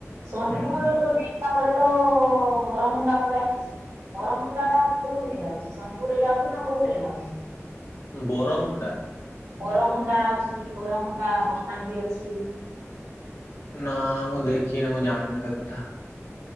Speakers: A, on the right (about 75°); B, on the left (about 65°).
A: ସୋନପୁର
B: ହୁଁ।
A: ଦୀପା ପରେ ତ ବରମୁଣ୍ଡା ପଳେଇ ଆସିଛି। ବରମୁଣ୍ଡା ଟା କୋଉଥିରେ ଯାଉଛି, ସୋନପୁରରେ ଯାଉଛି ନା ବୌଦ୍ଧ ରେ ଯାଉଛି?
B: ବର ମୁଣ୍ଡା।
A: ବରମୁଣ୍ଡା ଅଛି, ବରାମୁଣ୍ଡା ବସଷ୍ଟାଣ୍ଡ ବି ଅଛି।
B: ନା ମୁଁ ଦେଖିନି, ମୁଁ ଜାଣିନି ସେ କଥା।